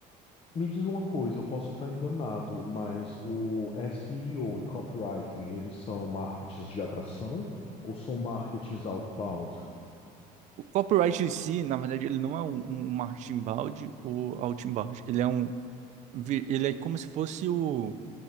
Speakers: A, on the left; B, on the right.
A: Me diz uma coisa, eu posso estar enganado, mas o SEO e O e copywriting, eles são marketings de atração ou são marketings outbound?
B: O copyright em si, na verdade, ele não é um, um um marketing inbound ou outbound. Ele é um, vi- ele é como se fosse o,